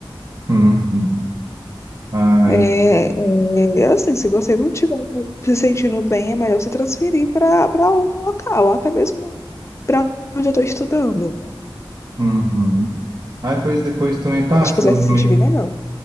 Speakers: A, on the right; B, on the left.
A: uhum. Ai,
B: É, é, assim, se você não estiver se sentindo bem, é melhor você transferir para para outro local, até mesmo para onde eu estou estudando.
A: uhum. Ai, pois depois também passa
B: Eu acho que você
A: o
B: vai
A: nome.
B: se sentir bem melhor.